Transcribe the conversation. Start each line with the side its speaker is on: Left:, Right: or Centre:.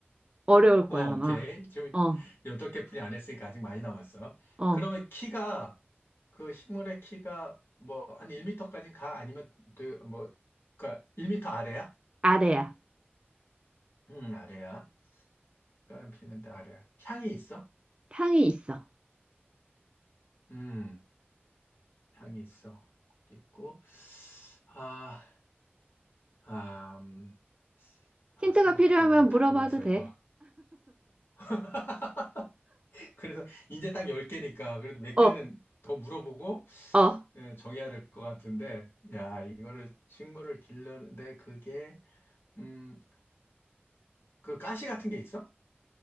Right: 어려울
Left: 어,
Right: 거야 아마.
Left: 오케이. 지금
Right: 어,
Left: 여덟 개 분이 안 했으니까 아직 많이 남았어.
Right: 어,
Left: 그러면 키가, 그 식물의 키가 뭐 한1터까지는 가? 아니면 그 뭐, 그니까 일 미터 아래야?
Right: 아래야.
Left: 음, 아래야. 다른 피는데 아래야. 향이 있어?
Right: 향이 있어.
Left: 음, 향이 있어. 그것도 있고. 아, 아, 음, 아,
Right: 힌트가
Left: 생각했던
Right: 필요하면
Left: 거랑 달라서
Right: 물어봐도 돼.
Left: 이거. <laughs> 그래서 이제 딱 10개니까 그래도 몇
Right: 어,
Left: 개는 더 물어보고
Right: 어,
Left: 예, 정해야 될 것 같은데 야 이거를 식물을 길러는데 그게 음 그 가시 같은 게 있어?